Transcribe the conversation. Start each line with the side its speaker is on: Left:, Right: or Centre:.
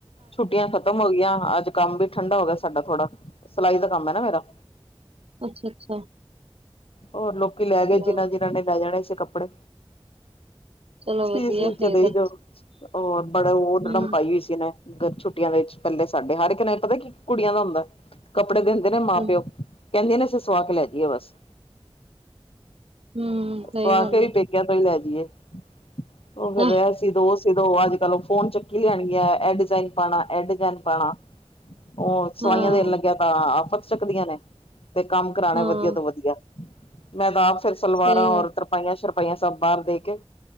Left: ਛੁੱਟੀਆਂ ਖਤਮ ਹੋ ਗਈਆਂ ਹਾਂ ਅੱਜ ਕੰਮ ਵੀ ਠੰਡਾ ਹੋ ਗਿਆ ਸਾਡਾ ਥੋੜਾ ਸਿਲਾਈ ਦਾ ਕੰਮ ਹੈ ਨਾ ਮੇਰਾ
Right: ਅੱਛਾ ਅੱਛਾ
Left: ਹੋਰ ਲੋਕੀ ਲੈ ਗਏ
Right: ਲਓ,
Left: ਜਿਨ੍ਹਾਂ ਜਿਨ੍ਹਾਂ ਨੇ ਲੈ ਜਾਣੇ ਸੀ ਕੱਪੜੇ
Right: ਚਲੋ
Left: ਸੀ
Right: ਵਧੀਆ
Left: ਸੀ
Right: ਫੇਰ
Left: ਚ ਦੇਈ
Right: ਤਾਂ
Left: ਜਾ ਹੋਰ ਬੜੇ ਦੜਮ
Right: ਹੂੰ
Left: ਪਾਈ ਹੋਈ ਸੀਨੇ ਛੁੱਟੀਆਂ ਦੇ ਵਿੱਚ ਪਹਿਲੇ ਸਾਡੇ ਹਰ ਇੱਕ ਨੇ ਪਤਾ ਕੀ ਕੁੜੀਆਂ ਦਾ ਹੁੰਦਾ ਕੱਪੜੇ ਦਿੰਦੇ ਨੇ ਮਾਂ
Right: ਹੂੰ
Left: ਪਿਓ ਕਹਿੰਦੀ ਨਾ ਸਿਰ ਸੁਹਾ ਕੇ ਲੈ ਦੀਏ ਬਸ
Right: ਹੂੰ, ਸਹੀ
Left: ਸੁਆ
Right: ਗੱਲ
Left: ਕੇ ਵੀ ਪੇਕਿਆ ਤੋਂ ਹੀ ਲੈ ਜਾਈਏ ਉਹ ਫਿਰ
Right: ਆ
Left: ਰਿਹਾ ਸੀ ਦੋਤ ਜਦੋਂ ਅੱਜ ਕੱਲ ਉਹ ਫੋਨ ਚੱਕੀ ਲਿਆਣਗ ਇਹ ਡਿਜ਼ਾਇਨ ਪਾਉਣਾ ਇਹ ਡਿਜਾਇਨ ਪਾਉਣਾ ਉਹ ਸਵਾਈਆਂ
Right: ਹਾਂ
Left: ਦੇਣ ਲੱਗਿਆ ਤਾਂ ਆ ਫਤ ਚੱਕਦੀਆਂ ਨੇ ਤੇ ਕੰਮ ਕਰਾਣੇ
Right: ਹਾਂ
Left: ਵਧੀਆ ਤੋਂ ਵਧੀਆ ਮੈਂ ਤਾਂ ਆਪ ਫਿਰ ਸਲਵਾਰਾਂ
Right: ਸਹੀ
Left: ਔਰ
Right: ਗੱਲ
Left: ਤਰਪਾਈਆਂ ਪਾਈਆਂ ਸਭ ਬਾਹਰ ਦੇ ਕੇ